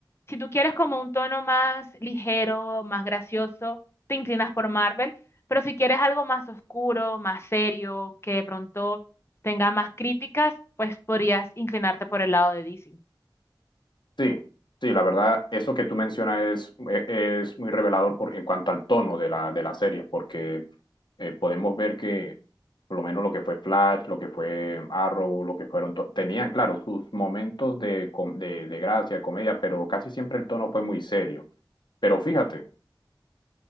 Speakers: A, on the left; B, on the left.
A: si tú quieres como un tono más ligero, más gracioso, te inclinas por Marvel, pero si quieres algo más oscuro, más serio, que de pronto tenga más críticas, pues podrías inclinarte por el lado de DC,
B: Sí, sí, la verdad, eso que tú mencionas es, e- es muy revelador por, en cuanto al tono de la, de la serie, porque eh, podemos ver que por lo menos lo que fue Flash, lo que fue Arrow, lo que fueron, to- tenían, claro, sus momentos de, com- de, de gracia, de comedia, pero casi siempre el tono fue muy serio. Pero fíjate,